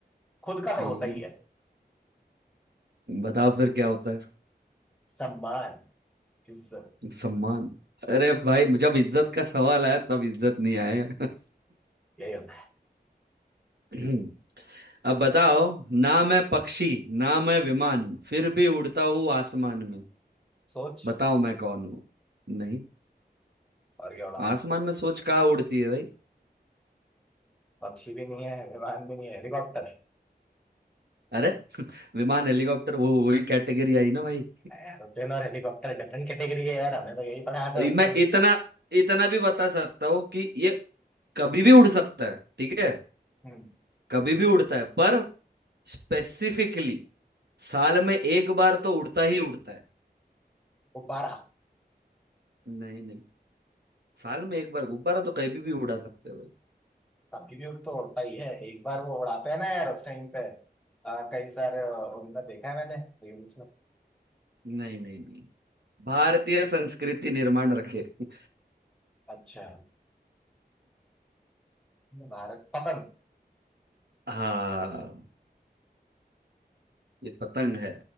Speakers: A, in the centre; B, on the right.
A: खुद का
B: ठीक
A: तो होता ही
B: है
A: है
B: बताओ फिर क्या होता है
A: सम्मान इज्जत
B: सम्मान अरे भाई जब इज्जत का सवाल आया तब इज्जत नहीं आया
A: यही होता है
B: <laughs> अब बताओ ना मैं पक्षी ना मैं विमान फिर भी उड़ता हूँ आसमान में
A: सोच
B: बताओ मैं कौन हूँ नहीं
A: और क्या उड़ान
B: आसमान में सोच कहाँ उड़ती है भाई
A: पक्षी भी नहीं है विमान भी नहीं है हेलीकॉप्टर
B: अरे <laughs> विमान हेलीकॉप्टर वो वही कैटेगरी आई ना भाई
A: है यार होटल और हेलीकॉप्टर डिफरेंट कैटेगरी है यार हमें तो यही पढ़ाया था बचपन
B: मैं
A: में
B: इतना इतना भी बता सकता हूँ कि ये कभी भी उड़ सकता है ठीक है
A: हम्म
B: कभी भी उड़ता है पर स्पेसिफिकली साल में एक बार तो उड़ता ही उड़ता है
A: गुब्बारा
B: नहीं नहीं साल में एक बार गुब्बारा तो कभी भी उड़ा सकते हो भाई
A: अभी भी उड़ तो उड़ता ही है एक बार वो उड़ाते हैं ना यार उस टाइम पे अ, कई सारे अ, उनमें देखा है मैंने रील्स में
B: नहीं नहीं नहीं भारतीय संस्कृति निर्माण रखे <laughs>
A: अच्छा भारत पतंग
B: हाँ ये पतंग है